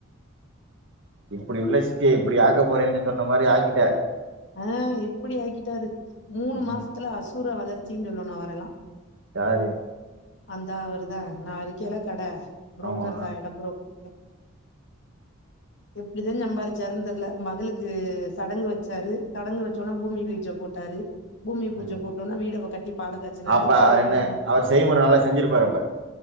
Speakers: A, on the right (about 60°); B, on the left (about 55°).
A: இப்டி உள்ள சித்திய இப்டி ஆக்க போறேன்னு சொன்ன மாரி ஆக்கிட்ட
B: ஆ எப்டி ஆக்கிட்டாரு மூணு
A: ம்
B: மாசத்துல அசூரா வளர் ச்சீன் சொல்லனு அவரல்லா
A: யாரு
B: அந்தா அவருதா நா இருக்கேல்ல கட புரோக்கர்தா
A: ஆமா
B: எட புரோக்கரு எப்டிதா சம்பாறிச்சாருன் தெர்ல மகளுக்கு சடங்கு வச்சாரு சடங்கு வச்சோன்னே பூமி பீஜ போட்டாரு பூமி பூஜை
A: ம்
B: போட்டோனே வீட கட்டி பாலகாச்சினாரு
A: அப்ப
B: பாலகாச்சினா
A: அவர் என்ன அவர் செய்முறை நல்லா செஞ்சிருப்பாரு அப்ப